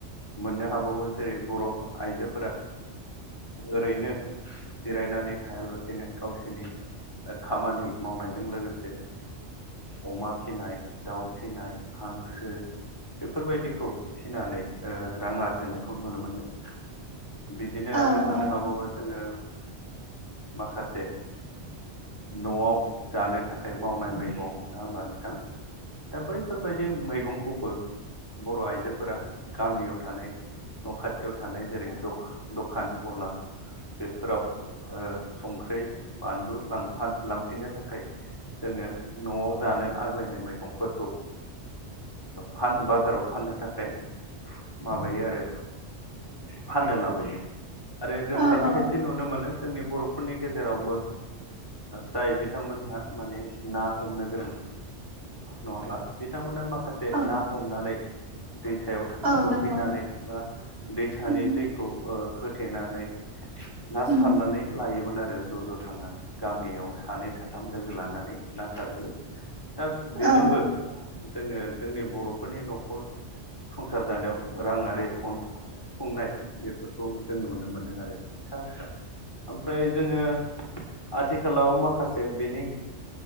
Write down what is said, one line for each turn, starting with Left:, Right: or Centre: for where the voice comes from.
Left: मोननो हाबावो जेरै बर' आइजोफोरा ओरैनो जिरायनानै थायालासेनो गावसिनि खामानि मावनायजों लोगोसे अमा फिसिनाय दाउ फिसिनाय हांसो बेफोरबायदिखौ फिनानै रां आरजिनायखौ नुनो मोनदों बिदिनो
Right: औ
Left: आरो मोननो
Right: औ
Left: हाबावो जोङो माखासे न'आव जानो थाखाय मावनाय मैगं ना हबानो दा बैफोरबायदि मैगंखौबो बर' आइजोफोरा गामियाव थानाय न' खाथियाव थानाय जेरै दखान गला बेफोराव संखै बानलुांफ लांफिननो थाखाय जोङो न'आव जानो आग्लायनाय मैगंफोरखौ फ बाजाराव फाननो थाखाय माबायो आरो फाननो लाबयो आरो जों
Right: औ
Left: खायसे
Right: औ
Left: खायसे नुनो मोनो जोंनि बर'फोरनि गेजेरावबो जाय बिथांमोनहा माने ना हमनो गोरों नङाब्ला बिथांमोना माखासे
Right: औ
Left: ना हमनानै दैसायाव
Right: औ
Left: गुरहैनानै
Right: नंगौ
Left: बा दैसानि
Right: उम
Left: दैखौ होथेनानै ना
Right: उम
Left: सारनानै लायोमोन आरो ज' ज' थांनानै गामियाव सानै साथाम लोगो लानानै ना सारहैयो दा बेजोंबो
Right: औ
Left: जोङो जोंनि बर'फोरनि न'खर संसार जानायाव राङारि अन खुंनाय बेफोरखौ जों नुनो मोनदों आरो फिसा फिसा ओमफ्राय जोङो आथिखालाव माखासे बेनि